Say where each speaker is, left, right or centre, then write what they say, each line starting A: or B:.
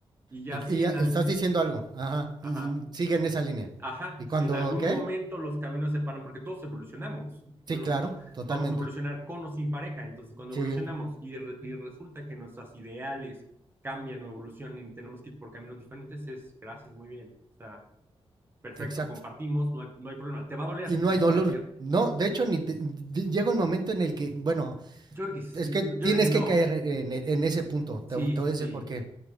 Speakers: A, on the right (about 20°); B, on the right (about 45°).
A: Y ya
B: Y,
A: si
B: y ya
A: en
B: estás
A: algún,
B: diciendo algo. Ajá. Mm,
A: ajá,
B: Sigue en esa línea.
A: Ajá,
B: ¿Y
A: si
B: cuando
A: en algún
B: qué?
A: momento los caminos se paran, porque todos evolucionamos, bueno,
B: Sí, claro,
A: no,
B: totalmente.
A: vamos a evolucionar con o sin pareja, entonces cuando
B: Sí,
A: evolucionamos y, re- y resulta que nuestros ideales cambian o evolucionan y tenemos que ir por caminos diferentes, es gracias, muy bien, o sea, perfecto,
B: exacto.
A: compartimos, no hay, no hay problema, te va a doler
B: Y no
A: como
B: hay dolor.
A: cualquier,
B: No, de hecho, ni te- di- llega un momento en el que, bueno,
A: yo creo que sí,
B: es que
A: yo
B: tienes
A: creo que no,
B: que caer en, e- en ese punto.
A: sí,
B: Te, vo- te
A: sí,
B: voy a
A: sí,
B: decir por qué.